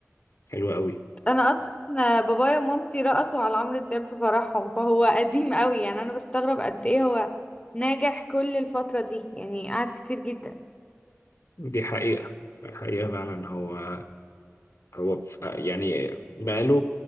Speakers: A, on the left (about 70°); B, on the left (about 25°).
A: حلوه قوي
B: انا اصلا بابايا ومامتي رقصوا على عمرو دياب في فرحهم فهو قديم قوي يعني انا بستغرب قد ايه هو ناجح كل الفترة دي يعني قعد كتير جدا
A: دي حقيقه حقيقه فعلا هو هو ف- يعني بقاله